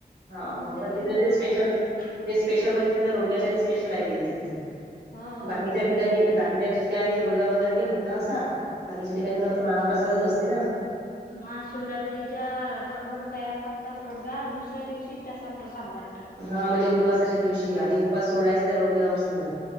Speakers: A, on the right (about 85°); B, on the left (about 60°).
A: हा
B: म्हणून ते
A: पण
B: तुमच्या
A: तिथं जे
B: लक्षात
A: स्पेशल
B: नाही आहे.
A: ते स्पेशल म्हणजे तिथं रोडग्याच्या आणि स्पेशल आहे ते तिथलं
B: हो
A: बाकीच्या
B: रोडगा
A: ठीिका
B: पेशल आहे तो
A: बाकीच्या आणि रोडगा वगैरे नाही होत ना असा बाकीच्या ठिकाणी फक्त महाप्रसादच असते ना
B: महा शिवरात्रीच्या रात्रभर तयार करतात रोजगा दुसऱ्या दिवशी त्याचा प्रसाद वाटतात
A: हा म्हणजे उपवासाच्या दिवशी आणि उपवास सोडायचा त्या रोडग्यावर समजा